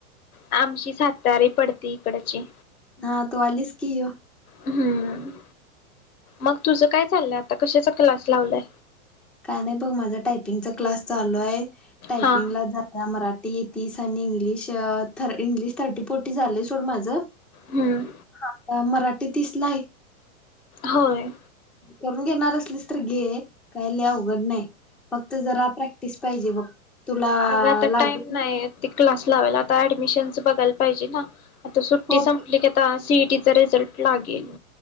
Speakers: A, on the left; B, in the centre.
A: आमची सातारी पडते इकडची
B: हा तू आलीस कि हो
A: हम्म मग तुझं काय चाललंय आता कशाचा क्लास लावलाय
B: काय नाही बघ माझा टायपिंगचा क्लास चालू आहे टायपिंग
A: हा.
B: मराठी ती तीस आणि इंग्लिश इंग्लिश थर्टी फोर्टी झालंय सोड माझं
A: हम्म.
B: हा <unintelligible> मराठी तीसलाय
A: होय
B: करून घेणार असलीस तर घे काय लय अवघड नाही फक्त जरा प्रॅक्टिस पाहिजे बघ तुला
A: अग आता
B: लागत
A: टाइम
B: ना
A: नाही ती क्लास लावायला, आता ऍडमिशनच बघाला पाहिजे ना आता सुट्टी
B: हो
A: संपली की आता सिट तिचा रिझल्ट लागील